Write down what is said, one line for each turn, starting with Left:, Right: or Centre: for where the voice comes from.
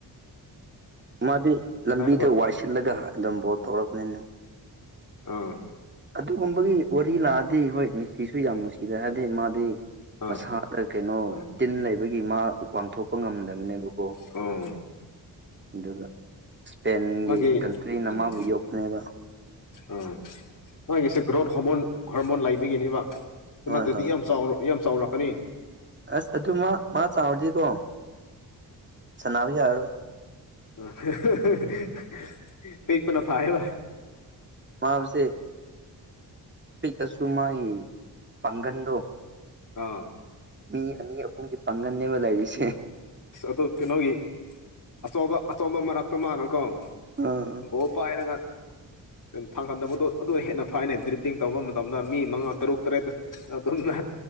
Right: ꯃꯥꯗꯤ ꯂꯝꯕꯤꯗ
Left: ꯂꯥꯏꯔꯕ
Right: ꯋꯥꯏꯁꯤꯠꯂꯒ ꯑꯗꯨꯝ ꯕꯣꯜ ꯇꯧꯔꯛꯄꯅꯤꯅ
Left: ꯑꯥ
Right: ꯑꯗꯨꯒꯨꯝꯕꯒꯤ ꯋꯥꯔꯤ ꯂꯥꯛꯑꯗꯤ ꯍꯣꯏ ꯃꯤꯁꯤꯁꯨ ꯌꯥꯝ ꯅꯨꯡꯁꯤꯗ ꯍꯥꯏꯗꯤ ꯃꯥꯗꯤ
Left: ꯑꯥ
Right: ꯃꯁꯥꯗ ꯀꯩꯅꯣ
Left: ꯑꯥ
Right: ꯇꯤꯟ ꯂꯩꯕꯒꯤ ꯃꯥ ꯋꯥꯡꯊꯣꯛꯄ ꯉꯝꯗꯕꯅꯦꯕꯀꯣ
Left: ꯑꯣ
Right: ꯑꯗꯨꯒ ꯏꯁꯄꯦꯟꯒꯤ
Left: ꯃꯥꯒꯤ
Right: ꯀꯟꯇ꯭ꯔꯤꯅ
Left: ꯎꯝ
Right: ꯃꯥꯕꯨ ꯌꯣꯛꯄꯅꯦꯕ
Left: ꯑꯥ ꯃꯥꯒꯤꯁꯦ ꯒ꯭ꯔꯣꯠ ꯍꯣꯔꯃꯣꯟ ꯍꯣꯔꯃꯣꯟ ꯂꯩꯕꯒꯤꯅꯦꯕ ꯑꯗꯨ
Right: ꯍꯣꯏ
Left: ꯅꯠꯇ꯭ꯔꯗꯤ
Right: ꯍꯣꯏ
Left: ꯌꯥꯝ ꯆꯥꯎꯔ ꯌꯥꯝ ꯆꯥꯎꯔꯛꯀꯅꯤ
Right: ꯑꯁ ꯑꯗꯨ ꯃꯥ ꯃꯥ ꯆꯥꯎꯔꯗꯤꯀꯣ ꯁꯅꯕ ꯌꯥꯔꯔꯣꯏ
Left: <unintelligible> ꯄꯤꯄꯅ ꯐꯔ‌ꯦꯕ
Right: ꯃꯥꯎꯁꯦ ꯄꯤꯛꯑꯁꯨ ꯃꯥꯒꯤ ꯄꯥꯡꯒꯟꯗꯣ
Left: ꯑꯥ
Right: ꯃꯤ ꯑꯅꯤ ꯑꯍꯨꯝꯒꯤ ꯄꯥꯡꯒꯟꯅꯅꯦꯕ ꯂꯩꯔꯤꯁꯦ
Left: ꯑꯁ ꯑꯗꯨ ꯀꯩꯅꯣꯒꯤ ꯑꯆꯧꯕ ꯑꯆꯧꯕ ꯃꯔꯛꯇ ꯃꯥꯅꯀꯣ
Right: ꯑꯥ
Left: ꯕ‌ꯣꯜ ꯄꯥꯏꯔꯒ ꯄ ꯐꯪꯍꯟꯗꯕꯗꯣ ꯑꯗꯨ ꯍꯦꯟꯅ ꯐꯥꯏꯅꯩ ꯗ꯭ꯔꯤꯞꯇꯡ ꯇꯧꯕ ꯃꯇꯝꯗ ꯃꯤ ꯃꯉꯥ ꯇꯔꯨꯛ ꯇꯔꯦꯠꯇ ꯑ ꯑꯗꯨꯅ